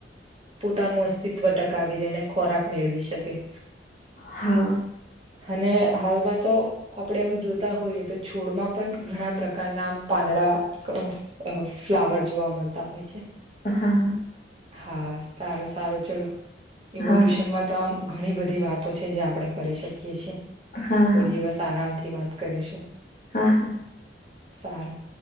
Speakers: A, on the right; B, on the left.
A: પોતાનું અસ્તિત્વ ટકાવી રને ખોરાક મેળવી શકે.
B: હા.
A: અને હાલમાં તો આપણે આમ જોતા હોઈએ તો છોડમાં પણ ઘણા પ્રકારના આમ પા આડા ફ્લાવર જોવા મળતા હોય છે.
B: હા.
A: હા સારું સારું ચલો ઇવોલ્યુશનમાં
B: હા
A: તો આમ ઘણી બધી વાતો છે જે આપડે કરી શકીએ છીએ
B: હા હા
A: કોઈ દિવસ આરામ થી વાત કરીશું.
B: હા હા.
A: સારું.